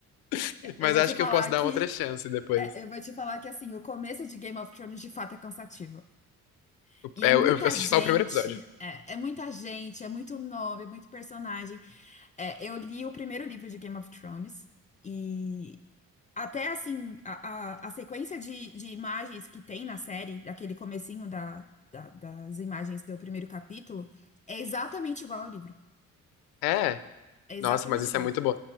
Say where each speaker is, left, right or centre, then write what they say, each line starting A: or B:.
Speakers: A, on the left; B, on the left.
A: <laughs> Mas
B: Eu vou
A: acho
B: te falar
A: que eu posso dar
B: que,
A: uma outra chance depois.
B: é, eu vou te falar que assim, o começo de Game of Thrones de fato é cansativo. E
A: Eu,
B: é muita
A: eu eu assisti
B: gente,
A: só o primeiro episódio.
B: é, é muita gente, é muito nome, é muito personagem. É, eu li o primeiro livro de Game of Thrones. E Até assim, a, a, a sequência de, de imagens que tem na série, daquele comecinho da, da- das imagens do primeiro capítulo, é exatamente igual ao livro.
A: É.
B: É exatamente
A: Nossa, mas isso
B: igual.
A: é muito bom.